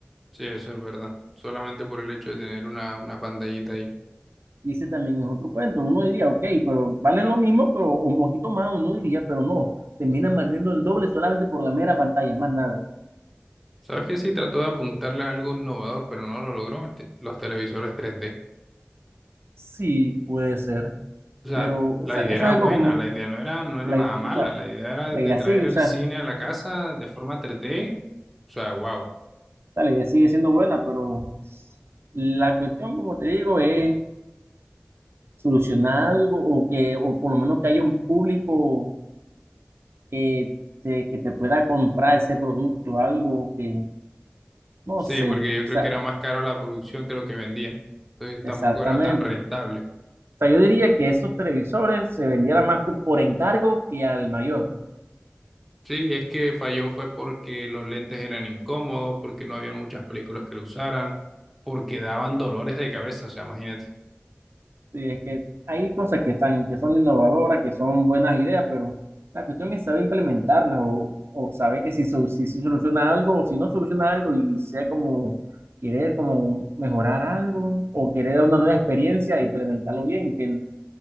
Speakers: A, in the centre; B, on the right.
A: Sí, eso es verdad. Solamente por el hecho de tener una, una pantallita ahí.
B: Y ese también es otro cuento. Uno diría, ok, pero valen lo mismo, pero un poquito más, uno diría, pero no, terminan perdiendo el doble solamente por la mera pantalla, más nada.
A: ¿Sabes qué? Sí, trató de apuntarle a algo innovador, pero no lo logró, el te- los televisores 3D.
B: Sí, puede ser,
A: O sea,
B: pero, o
A: la
B: sea,
A: idea
B: eso es
A: era buena,
B: algo como,
A: la idea no era, no era
B: la,
A: nada mala,
B: o sea,
A: la idea era
B: la
A: de
B: idea
A: traer
B: sigue, o
A: el
B: sea,
A: cine a la casa de forma 3D. O sea, wow.
B: La idea sigue siendo buena, pero la cuestión, como te digo, es solucionar algo o que, o por lo menos que haya un público que te, que te pueda comprar ese producto, algo que, no
A: Sí,
B: sé,
A: porque yo
B: o
A: creo
B: sea,
A: que era más caro la producción que lo que vendían. Entonces
B: exactamente.
A: tampoco era tan rentable.
B: O sea, yo diría que esos televisores se vendieran más co- por encargo que al mayor.
A: Sí, es que falló fue porque los lentes eran incómodos, porque no habían muchas películas que lo usaran, porque daban dolores de cabeza, o sea, imagínate.
B: Sí, es que hay cosas que están, que son innovadoras, que son buenas ideas, pero la cuestión es saber implementarlas o, o saber que si, su si se soluciona algo o si no soluciona algo y sea como querer como mejorar algo o querer dar una nueva experiencia e implementarlo bien, que el-